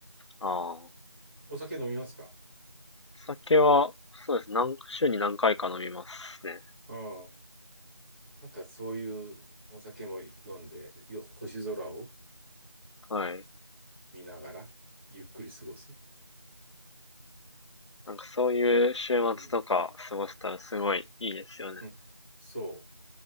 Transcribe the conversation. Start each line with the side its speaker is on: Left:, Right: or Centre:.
Left: ああ。お
Right: お酒飲みますか
Left: 酒は、そうですね。何、週に何回か飲みますね。
Right: うん。なんかそういうお酒も飲んで、よ、星空を
Left: はい。
Right: 見ながら、ゆっくり過ごす。
Left: なんかそういう週末とか過ごせたらすごいいいですよね。
Right: うん。うん。そう。